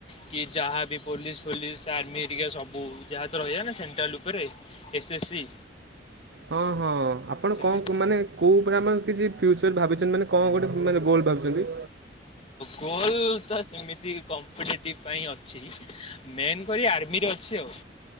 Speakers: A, on the left (about 35°); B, on the right (about 70°).
A: କି ଯାହାବି ପୋଲିସ ଫୋଲିସ ଆର୍ମି ହେରିକ ସବୁ ଯାହା ତ ରହିବ ନା ସେଣ୍ଟ୍ରାଲ ଉପରେ। S C.
B: ହଁ ହଁ ଆପଣ
A: ସେମିତି
B: କଣ ମାନେ କୋଉ ଉପରେ ଆମର କିଛି ଫ୍ୟୁଚର ଭାବିଛନ୍ତି ମାନେ କଣ ଗୋଟେ ମାନେ ଗୋଲ ଭାବୁଛନ୍ତି।
A: ଗୋଲ ତ ସେମିତି କମ୍ପିଟେଟିଭ ପାଇଁ ଅଛି। ମେନ୍ କରି ଆର୍ମି ରେ ଅଛି ଆଉ।